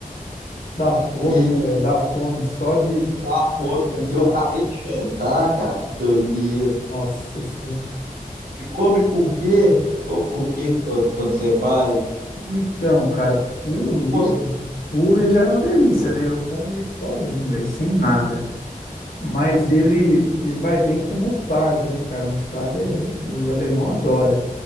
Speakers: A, on the left; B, on the right.
A: Dá fome,
B: E,
A: né, velho? Dá fome só de,
B: tá,
A: só
B: bom.
A: de pensar.
B: e eu acabei de jantar, cara. Que doideira.
A: Nossa Senhora.
B: E come com o quê? Come com o quê quando, quando você faz?
A: Então, cara, puro
B: É
A: mesmo.
B: gostoso.
A: Puro já é uma delícia, né? Eu como isso sozinho, velho, sem nada. Mas ele, ele vai bem com mostarda, né, cara? Mostarda é, os alemão adoram.